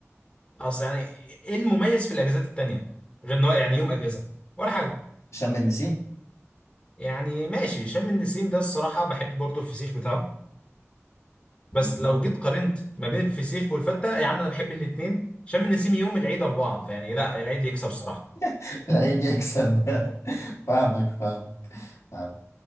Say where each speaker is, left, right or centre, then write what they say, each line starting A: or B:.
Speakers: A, on the left; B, on the left.
A: اصل يعني ايه المميز في الاجازات التانية غير انه يعني يوم اجازه ولا حاجه
B: شم النسيم
A: يعني ماشي شم النسيم ده الصراحه بحب برضو الفسيخ بتاعه بس
B: بالظبط
A: لو جيت قارنت ما بين الفسيخ والفته يا عم انا بحب الاثنين شم النسيم يوم العيد اربعه فيعني لا العيد يكسب الصراحه
B: <laughs> العيد يكسب <laughs> فاهمك فاهمك فاهمك